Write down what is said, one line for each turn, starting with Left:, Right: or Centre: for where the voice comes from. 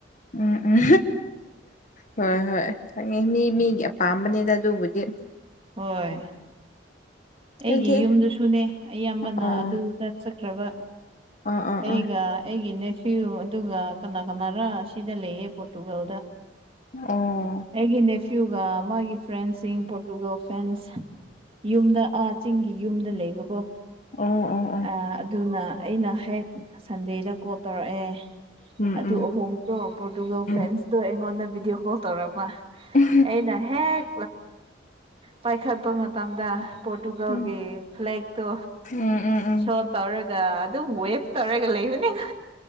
Left: ꯎꯝ ꯎꯝ ꯍꯣꯏ ꯍꯣꯏ ꯈꯪꯉꯦ ꯃꯤ ꯃꯤꯒꯤ ꯑꯄꯥꯝꯕꯅꯤꯗ ꯑꯗꯨꯕꯨꯗꯤ
Right: ꯍꯣꯏ ꯑꯩꯒꯤ
Left: ꯑꯩꯗꯤ
Right: ꯌꯨꯝꯗꯨꯁꯨꯅꯦ ꯑꯌꯥꯝꯕꯅ
Left: ꯑꯣ
Right: ꯑꯗꯨꯗ ꯆꯠꯈ꯭ꯔꯕ
Left: ꯑꯥ ꯑꯥ
Right: ꯑꯩꯒ
Left: ꯑꯥ
Right: ꯑꯩꯒꯤ ꯅꯦꯐꯤꯌꯨ ꯑꯗꯨꯒ ꯀꯅꯥ ꯀꯅꯥꯔꯥ ꯁꯤꯗ ꯂꯩꯌꯦ ꯄꯣ ꯇꯨꯋꯦꯜꯗ
Left: ꯑꯣ
Right: ꯑꯩꯒꯤꯅꯦ ꯀ꯭ꯌꯨꯒ ꯃꯥꯒꯤ ꯐ꯭ꯔꯦꯟꯁꯤꯡ ꯄꯣꯔꯇꯨꯒꯜ ꯐ꯭ꯔꯦꯟꯁ ꯌꯨꯝꯗ ꯑ ꯆꯤꯡꯒꯤ ꯌꯨꯝꯗ ꯂꯩꯕꯀꯣ
Left: ꯑꯣ ꯑꯣ ꯑꯣ
Right: ꯑ ꯑꯗꯨꯅ ꯑꯩꯅ ꯍꯦꯛ ꯁꯟꯗꯦꯗ ꯀꯣꯜ ꯇꯧꯔꯛꯑꯦ
Left: ꯎꯝ
Right: ꯑꯗꯨ
Left: ꯎꯝ
Right: ꯑꯍꯣꯡꯗꯣ ꯄꯣꯔꯇꯨꯒꯜ
Left: ꯎꯝ
Right: ꯐꯦꯟꯁꯇꯣ ꯑꯩꯉꯣꯟꯗ ꯚꯤꯗꯤꯑꯣ ꯀꯣꯜ ꯇꯧꯔꯛꯄ
Left: ꯎꯝ
Right: ꯑꯩꯅ ꯍꯦꯛ ꯄꯥꯏꯈꯠꯄ ꯃꯇꯝꯗ ꯄꯣꯔꯇꯨꯒꯜꯒꯤ
Left: ꯎꯝ
Right: ꯐ꯭ꯂꯦꯛ ꯇꯣ
Left: ꯎꯝ ꯎꯝ ꯎꯝ
Right: ꯁꯣ ꯇꯧꯔꯒ ꯑꯗꯨꯝ ꯋꯦꯚ ꯇꯧꯔꯒ ꯂꯩꯕꯅꯤꯅ